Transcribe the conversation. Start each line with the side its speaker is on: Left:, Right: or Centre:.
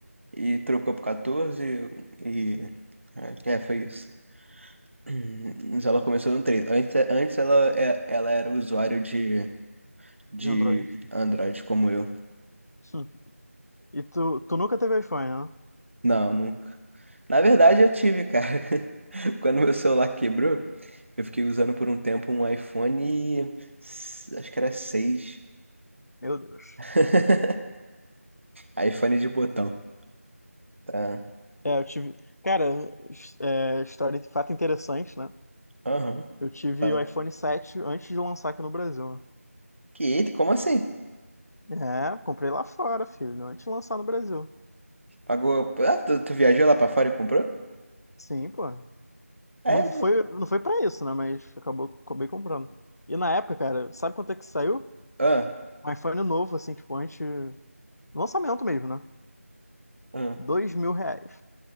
Right: e trocou pro 14 e... É, é, foi isso. Hum, Mas ela começou no três Antes, antes ela, é- ela era usuário de, de
Left: De Android.
Right: Android como eu.
Left: Hum. E tu, tu nunca teve iPhone, né?
Right: Não, nunca. Na verdade, eu tive, cara. <laughs> Quando meu celular quebrou, eu fiquei usando por um tempo um iPhone. s- Acho que era seis
Left: Meu Deus.
Right: <laughs> iPhone de botão. Tá.
Left: É, eu tive. Cara, é, história, fato interessante, né?
Right: Aham.
Left: Eu tive
Right: Tá.
Left: o iPhone sete antes de lançar aqui no Brasil,
Right: Que eita, como assim?
Left: né? É, comprei lá fora, filho, antes de lançar no Brasil.
Right: Pagou. Ah, tu, tu viajou lá pra fora e comprou?
Left: Sim, pô.
Right: É,
Left: Não foi,
Right: mas-
Left: não foi pra isso, né? Mas acabou, acabei comprando. E na época, cara, sabe quanto é que saiu?
Right: ah,
Left: Um iPhone novo, assim, tipo, antes. Lançamento mesmo, né?
Right: ah.
Left: Dois mil reais.